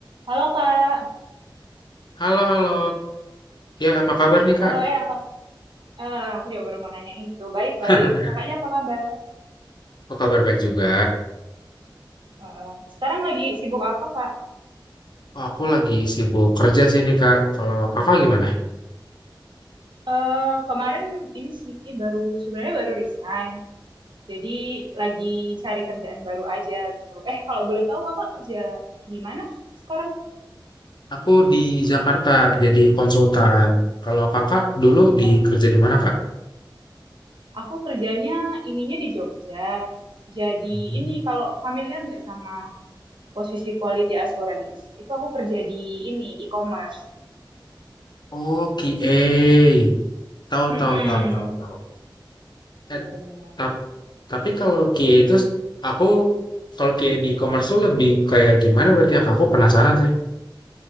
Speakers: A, on the right; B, on the left.
A: Halo Kak,
B: Halo, halo. Ya, apa kabar nih, Kak?
A: halo eh apa? eh, aku juga baru mau nanya itu. Baik-baik,
B: <laughs>
A: kakaknya apa kabar?
B: Aku kabar baik juga.
A: Eh, eh, Sekarang lagi sibuk apa Kak?
B: Oh, aku lagi sibuk kerja sih nih, Kak. Kalau Kakak gimana?
A: Eh kemarin ini sih baru sebenarnya baru resign, jadi lagi cari kerjaan baru aja gitu. Eh kalau boleh tahu kakak kerja di mana sekarang?
B: Aku di Jakarta jadi konsultan. Kalau Kakak dulu di
A: Oh,
B: kerja di mana, Kak?
A: aku kerjanya ininya di Jogja. Jadi
B: Mhm.
A: ini kalau familiar nggak sama posisi quality assurance, itu aku kerja di ini e-commerce.
B: Oh, QA. Tahu,
A: Hmm,
B: tahu, tahu, tahu, tahu.
A: benar-benar.
B: Eh, tap- tapi kalau QA itu aku kalau QA di e-commerce tuh lebih kayak gimana berarti ya, Kak? Aku penasaran sih.